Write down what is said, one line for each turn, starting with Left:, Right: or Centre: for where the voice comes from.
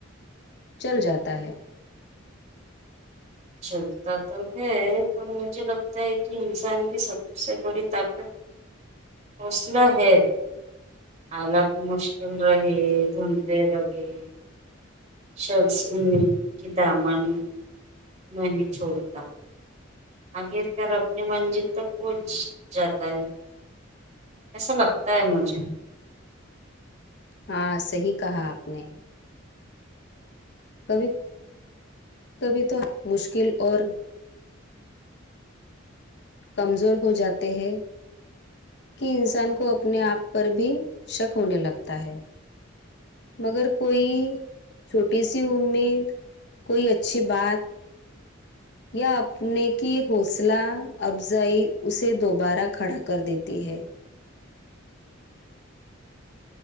Left: چل جاتا ہے
Right: چلتا تو ہے پر مجھے لگتا ہے کہ انسان کی سب سے بڑی طاقت حوصلہ ہے حالت مشکل رہی دھونڈنے لگے شخص ان کی دامن نہیں چھوڑتا آخر کار اپنی منزل تک پہنچ جاتا ہے ایسا لگتا ہے مجھے
Left: ہاں صحیح کہا آپ نے کبھی کبھی تو مشکل اور کمزور ہو جاتے ہیں کہ انسان کو اپنے آپ پر بھی شک ہونے لگتا ہے مگر کوئی چھوٹی سی امید کوئی اچھی بات یا اپنے کی حوصلہ افزائی اسے دوبارہ کھڑا کر دیتی ہے